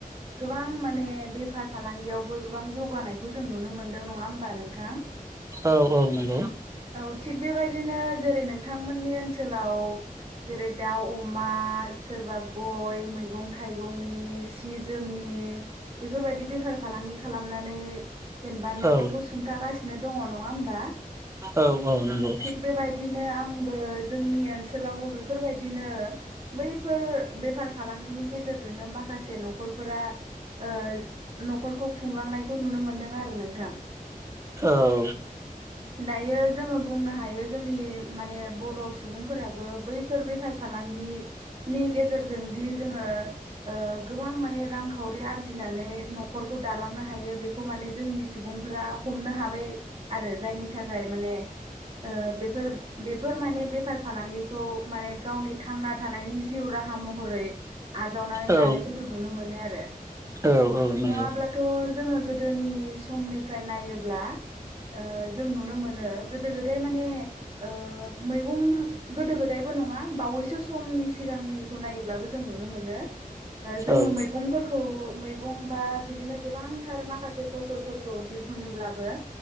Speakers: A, on the right; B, on the right.
A: गोबां माने बेफार फालांगियावबो गोबां जौगानाय खौ जों नुनो मोन्दों नङा होमबा नोंथां।
B: औ औ नंगौ।
A: औ थिक बिबाय बिदिनो जेरै नोंथांमोननि ओनसोलाव जेरै- दाउ अमा सोरबा ग य मैंगं-थाइंनि सि जोमनि बेफोरबायदि बेफार फालांगि खालामना नै जेनेबा न'खरखौ
B: औ
A: सुंथागासिनो दङ नङा होमबा?
B: औ औ नंगौ।
A: थिग बेबायदिनो आंबो जोंनि ओन सोलावबो बेफोरबायदिनो बैफोर बेफार फालांगिनि गेजेर जोंनो माखासे न'खरफोरा ओ न'खरखौ खुंलांनायखौ नुनो मोनदों आरो नोंथां।
B: ओ।
A: दायो जोङो बुंनो हा यो जोंनि माने बर' सुबुंफोराबो बैफोर बेफार फालांगि नि गेजेरजों दि जोङो ओ गोबां माने रांखावरि आरजिनानै न'खरखौ दालांनो हायो बेखौ माने जोंनि सुबुं फोरा हमनो हाबाय आरो जायनि थाखाय माने ओ बेफोर बेफोर माने बेफार फालांगिखौ माने गावनि थांना थानायनि जिउ रा हा महरै आजावनानै
B: औ
A: लानायखौ जों नुनो मोनो आरो
B: औ औ नंगौ
A: नङाब्लाथ' जोङो गोदोनि समनिफ्राय नायोब्ला ओ जों नुनो मोनो गोदो गो दाय माने ओ मैगं गोदो गोदाय बो नङा बावैसो समनि सिगांनि खौ नायोब्लाबो जों नुनो मोनो ओ जाङो
B: औ
A: मैंग फोर खौ मैगं बा बिदिनो गोबांथार माखासे फसलफोरखौ दिहुनोब्लाबो